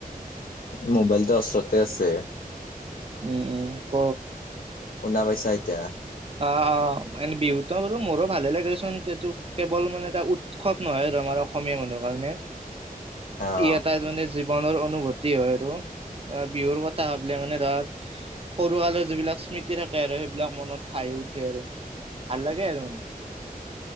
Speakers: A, on the left; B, on the right.
A: মোবাইলটো ওচৰতে আছে
B: উম ম ক
A: শুনা পাইছা এতিয়া
B: অ অ এনে বিহুত বলো মোৰো ভালে লাগেচোন কেৱল মানে এটা উৎসৱ নহয় আমাৰ অসমীয়া মানুহৰ কাৰণে
A: অ
B: ই এটা এ মনে জীৱনৰ অনুভূতি হয় আৰু বিহুৰ কথা ভাবিলে মানে ধাৰ সৰুকালৰ যিবিলাক স্মৃতি থাকে আৰু সেইবিলাক মনত ভাই উঠে আৰু ভাল লাগে আৰু মানে